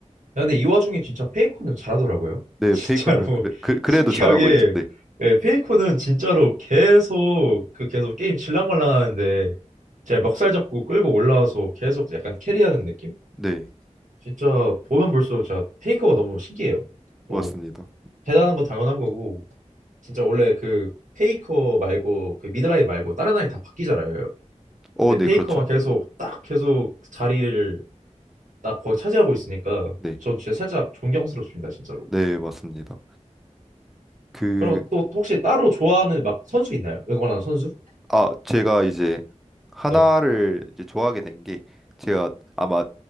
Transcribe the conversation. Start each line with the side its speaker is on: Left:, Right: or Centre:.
Right: 아, 근데 이 와중에 진짜 페이커는 잘하더라고요. <laughs>
Centre: 네,
Right: 진짜로
Centre: 페이커는 그래,
Right: <laughs>
Centre: 그, 그래도
Right: 신기하게
Centre: 잘하고 있죠. 네,
Right: 예, 페이커는 진짜로 계속 그 계속 게임 질랑말랑하는데 제가 멱살 잡고 끌고 올라와서 계속 약간 캐리하는 느낌?
Centre: 네,
Right: 진짜 보면 볼수록 진짜 페이커가 너무 신기해요. 뭐
Centre: 맞습니다.
Right: 대단한 건 당연한 거고 진짜 원래 그 페이커 말고 그 미드라인 말고 다른 아이 다 바뀌잖아요.
Centre: 어,
Right: 근데
Centre: 네,
Right: 페이커만
Centre: 그렇죠.
Right: 계속
Centre: 네,
Right: 딱 계속 자리를 나 거의 차지하고 있으니까
Centre: 네,
Right: 저 진짜 살짝 존경스럽습니다, 진짜로.
Centre: 네, 맞습니다. 그,
Right: 그럼 또 혹시 따로 좋아하는 막 선수 있나요? 응원하는 선수?
Centre: 아, 제가 이제 하나를
Right: 네,
Centre: 이제 좋아하게 된 게 제가 아마